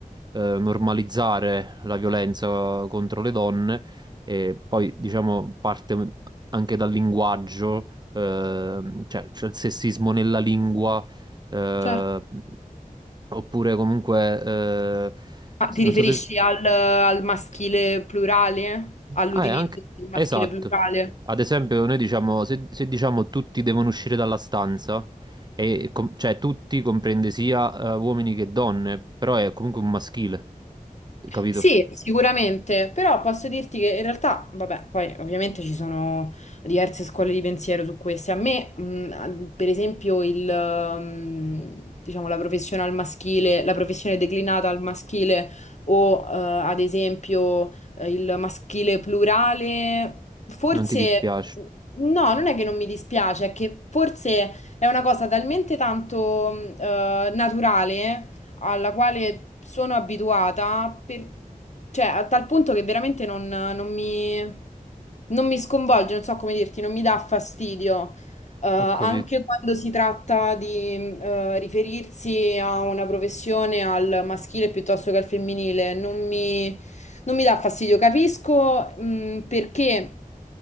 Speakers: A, on the right (about 30°); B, on the left (about 55°).
A: eh, normalizzare la violenza contro le donne e poi, diciamo, parte anche dal linguaggio, ehm, cioè c'è il sessismo nella lingua, eh,
B: Certo.
A: oppure comunque, eh,
B: Ma ti
A: non
B: riferisci
A: so se...
B: al, al maschile plurale? All'utilizzo
A: Ah, è anche...
B: del maschile
A: Esatto.
B: plurale?
A: Ad esempio, noi diciamo, se, se diciamo tutti devono uscire dalla stanza, e com- cioè tutti comprende sia eh, uomini che donne, però è comunque un maschile, capito?
B: Sì, sicuramente, però posso dirti che in realtà, vabbè, poi ovviamente ci sono diverse scuole di pensiero su queste. A me, mh, a- per esempio, il, ehm, diciamo, la professione al maschile, la professione declinata al maschile o, eh, ad esempio, eh, il maschile plurale, forse,
A: Non ti dispiace.
B: no, non è che non mi dispiace, è che forse è una cosa talmente tanto, mh, eh, naturale alla quale sono abituata, per- cioè a tal punto che veramente non, non mi, non mi sconvolge, non so come dirti, non mi dà fastidio. Eh, anche
A: Ho capito.
B: quando si tratta di eh, riferirsi a una professione al maschile piuttosto che al femminile, non mi, non mi dà fastidio. Capisco mh, perché